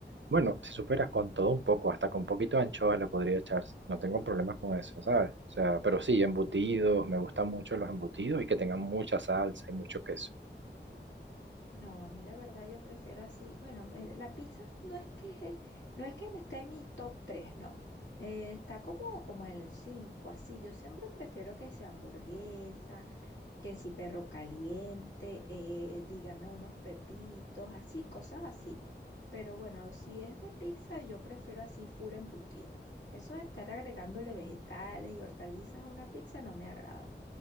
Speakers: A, on the right; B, on the left.
A: Bueno, si superas con todo un poco, hasta con poquito de anchoas le podría echarse. No tengo problemas con eso, ¿sabes? O sea, pero sí, embutidos, me gustan mucho los embutidos y que tengan mucha salsa y mucho queso.
B: No, a mí la verdad yo prefiero así. Bueno, eh, la pizza no es que <laughs> no es que me esté en mi top 3, no. Eh, está como, como en el 5, así. Yo siempre prefiero que sea hamburguesa, que si perro caliente, eh, dígame unos pepitos, así, cosas así. Pero bueno, si es de pizza, yo prefiero así full embutido. Eso de estar agregándole vegetales y hortalizas a una pizza no me agrada.